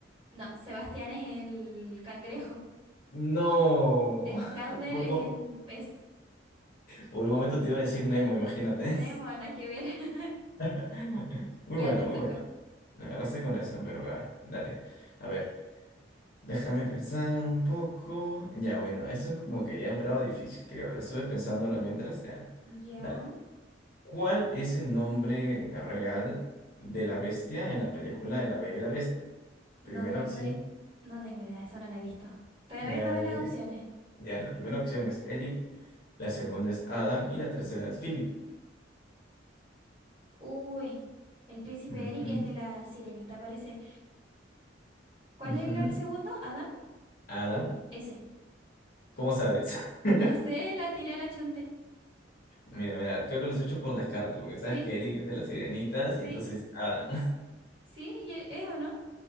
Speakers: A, on the right; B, on the left.
A: No, Sebastián es el cangrejo.
B: No.
A: El
B: <laughs>
A: flounder
B: Por
A: es
B: un, mo-
A: el pez.
B: por un momento te iba a decir Nemo, imagínate.
A: Nemo, nada que ver. <laughs>
B: <laughs> Muy
A: Ya
B: bueno,
A: te
B: muy
A: toca.
B: bueno. Me agarraste con esa, pero va, dale. A ver. Déjame pensar un poco. Ya, bueno, esto es como que ya un grado difícil, creo. Estuve pensándola mientras, ya.
A: Ya.
B: Dale. ¿Cuál es el nombre real de la bestia en la película de La Bella y la Bestia? Primera
A: No tengo,
B: opción,
A: i- no tengo idea, esa no la he visto. Pero
B: ya,
A: a ver, dame
B: eh,
A: las opciones.
B: ya, la primera opción es Eric, la segunda es Adam y la tercera es Philip.
A: Uy, el príncipe
B: Ujú,
A: Eric es de la Sirenita, parece. ¿Cuál
B: ujú.
A: es el, el segundo? ¿Adam?
B: Adam,
A: Ese.
B: ¿cómo sabes? <laughs>
A: No sé, la tiré a la chunte.
B: Mira, mira, creo que los he hecho por descarte, porque sabes
A: Sí,
B: que Eric es de las sirenitas y
A: sí,
B: entonces Adam.
A: sí, y e- es o no.